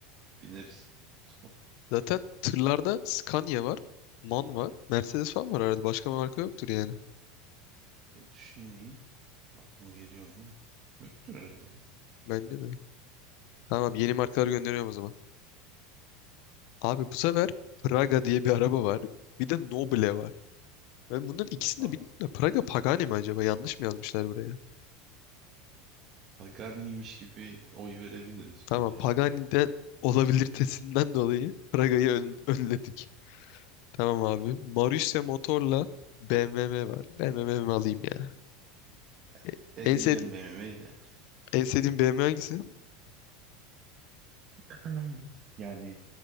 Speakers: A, on the right (about 35°); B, on the left (about 55°).
A: Bineriz. <laughs>
B: Zaten tırlarda Scania var. Man var. Mercedes falan var herhalde. Başka marka yoktur yani.
A: E, düşüneyim. Aklıma geliyor mu? Yoktur herhalde ya.
B: Bence de. Tamam yeni markaları gönderiyorum o zaman. Abi bu sefer Praga diye bir araba var. Bir de Noble var. Ben bunların ikisini
A: Ha,
B: de bilmiyorum da Praga Pagani mi acaba? Yanlış mı yazmışlar buraya?
A: Pagani'ymiş gibi oy verebiliriz
B: Tamam
A: bence.
B: Pagani'den olabilitesinden dolayı Praga'yı ön- önledik. Tamam abi. Marussia Motor'la BMW var. BMW mi alayım ya?
A: Ya,
B: E,
A: eleyeceğim
B: En, sev
A: BMW'yi de.
B: en sevdiğin BMW hangisi?
A: <clears throat> <laughs> Yani